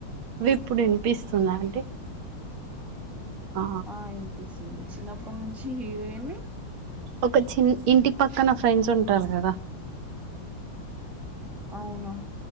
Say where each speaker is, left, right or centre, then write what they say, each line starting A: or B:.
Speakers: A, on the right (about 80°); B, in the centre.
A: వి ఇప్పుడు వినిపిస్తుందా అండి ఆ
B: ఆహ్ ఇనిపిస్తుంది చిన్నప్పటి నుంచి హీరోయిన్ని
A: ఒక చి ఇంటి పక్కన ఫ్రెండ్స్ ఉంటారు కదా
B: అవునా